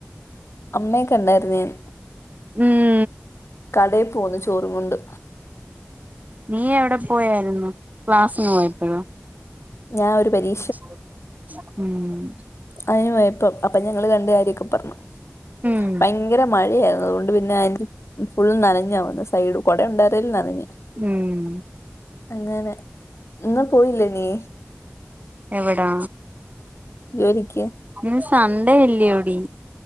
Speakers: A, on the left; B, on the right.
A: അമ്മേ കണ്ടാരുന്നു ഞാൻ.
B: ഉം
A: കടെ പോന്ന് ചോറും കൊണ്ട്.
B: നീയെവിടെ പോയാരുന്നു, ക്ലാസിന് പോയപ്പഴോ?
A: ഞാഒരു പരീ
B: ഉം
A: അയിന് പോയപ്പോ അപ്പൊ ഞങ്ങള് തന്റെ കാര്യൊക്കെ പറഞ്ഞു.
B: ഉം
A: ഭയ ങ്കര മഴയായിരുന്നു അതുകൊണ്ട് പിന്നെ <inaudible> ഫുൾ നനഞ്ഞാ വന്നെ സൈഡ് കുട ഒണ്ടാരുന്നേലും നനഞ്ഞ്.
B: ഉം
A: അങ്ങനെ ഇന്ന് പോയില്ലേ നീ?
B: എവിടാ
A: ജോലിക്ക്
B: ഇന്ന് സൺ‌ഡേ അല്ല്യോടീ.